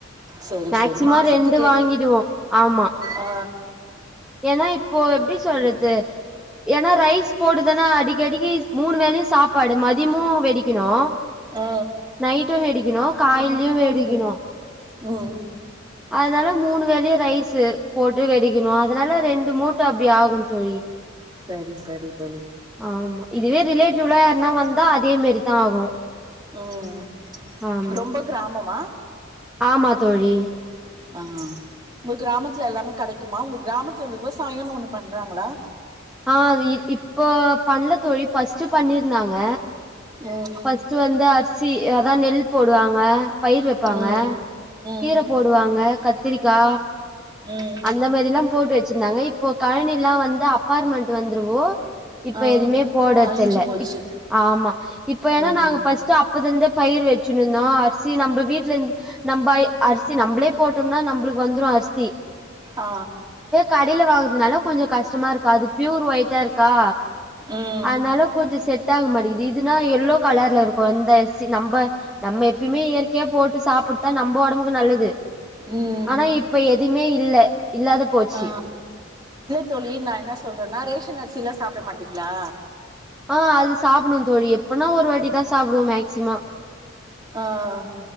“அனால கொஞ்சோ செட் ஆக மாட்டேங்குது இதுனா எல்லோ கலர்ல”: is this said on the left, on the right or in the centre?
Centre